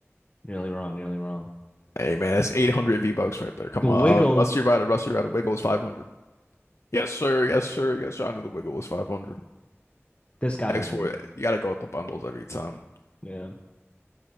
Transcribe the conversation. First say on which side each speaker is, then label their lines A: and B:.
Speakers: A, on the left (about 30°); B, on the left (about 75°).
A: Nearly wrong, nearly wrong.
B: Hey man, that's 800 V-Bucks right there. Come
A: The Wiggle,
B: on. Uh, Rusty Rider, Rusty Rider, Wiggle is 500. Yes, sir. Yes, sir. Yes, sir. I know the Wiggle is 500.
A: this gotta
B: X4,
A: be more.
B: you gotta go with the bundles every time.
A: Yeah.